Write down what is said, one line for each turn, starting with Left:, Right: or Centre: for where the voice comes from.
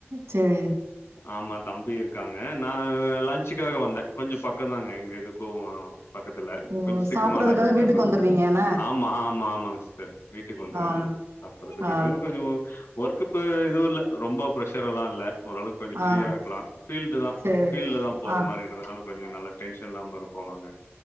Right: சேரி
Left: ஆமா தம்பி இருக்காங்க நா லஞ்சுக்காக வந்த கொஞ்சோ பக் கதாங்க எங்க எதுக்கு பக்கத்துல
Right: ஓ
Left: கொஞ்சோ சீக்கிரமா
Right: சாப்புட்றதுக்காக
Left: லஞ்சுக்காக
Right: வீட்டுக்கு
Left: வந்
Right: வந்துருவீங்க என்ன
Left: ஆமா ஆமா ஆமாங்க சிஸ்டர் வீட்டுக்கு வந்துருவே
Right: ஆ
Left: நானு சாப்டுறது வீட்டுக்கு
Right: ஆ
Left: வந்து கொஞ்சோ ஒர்க்குப்பு இதுவுல்ல ரொம்ப பிர்ரெஷர்ல்லா இல்ல ஓரளவுக் கொஞ்ச ஃப்ரியா
Right: ஆ
Left: இருக்கலா ஃபீல்டுதா
Right: சேரி
Left: ஃபீல்டுதா போற
Right: ஆ
Left: மாரி இருந்துனால கொஞ்ச நல்லா டென்ஷன் இல்லாம இருப்போ நாங்க